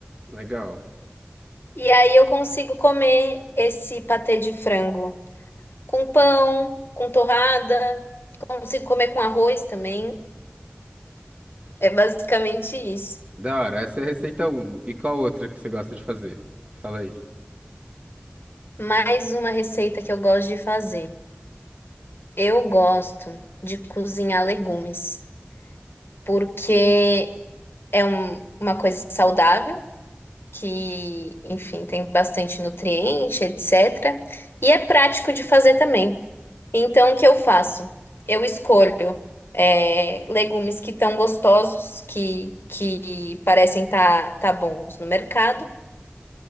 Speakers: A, on the right; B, on the left.
A: legal.
B: E aí eu consigo comer esse patê de frango com pão, com torrada, consigo comer com arroz também. É basicamente isso.
A: Da hora, essa é a receita um. E qual outra que você gosta de fazer? Fala aí.
B: Mais uma receita que eu gosto de fazer. Eu gosto de cozinhar legumes, porque é um- uma coisa saudável. que, enfim, tem bastante nutriente, etc. E é prático de fazer também. Então, o que eu faço? Eu escolho é, legumes que estão gostosos, que, que parecem tá, tá bons no mercado.